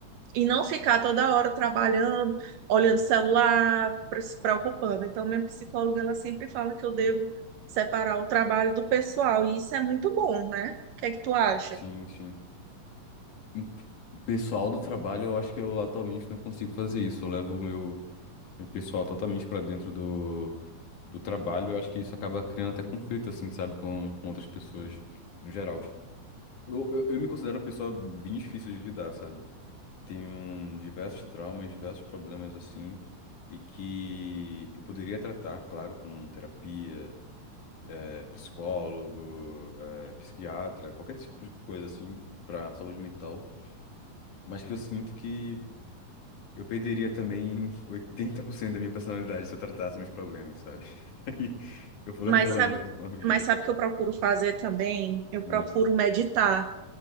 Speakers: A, on the right (about 75°); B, on the left (about 60°).
A: E não ficar toda hora trabalhando, olhando o celular, pre- se preocupando. Então, minha psicóloga, ela sempre fala que eu devo separar o trabalho do pessoal, e isso é muito bom, né? O que é que tu acha?
B: Sim, sim. Hum, Pessoal do trabalho, eu acho que eu atualmente não consigo fazer isso. Eu levo o meu, meu pessoal totalmente pra dentro do, do trabalho. Eu acho que isso acaba criando até conflito, assim, sabe, com, com outras pessoas, no geral. Eu, eu, eu me considero uma pessoa bem difícil de lidar, sabe? tenho diversos traumas, diversos problemas assim, e que eu poderia tratar, claro, com terapia, eh, psicólogo, eh, psiquiatra, qualquer tipo de coisa assim para saúde mental, mas que eu sinto que eu perderia também <laughs> 80% da minha personalidade se eu tratasse meus problemas, sabe? <laughs> Aí eu vou
A: Mas
B: levando
A: sabe,
B: com a vida.
A: mas sabe o que eu procuro fazer também? Eu procuro
B: Hum.
A: meditar.